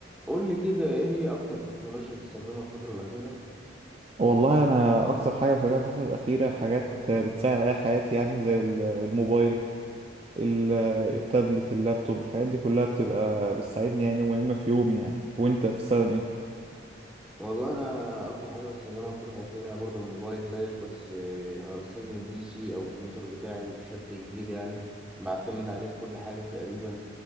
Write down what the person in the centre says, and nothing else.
قول لي كده ايه هي اكتر تكنولوجيا بتستخدمها الفترة الأخيرة؟
والله انا اكتر حاجة بستخدمها الفترة الأخيرة هي برضو الموبايل زيك بس آه، انا بستخدم البي سي او الكمبيوتر بتاعي بشكل كبير يعني بعتمد عليه في كل حاجة تقريبا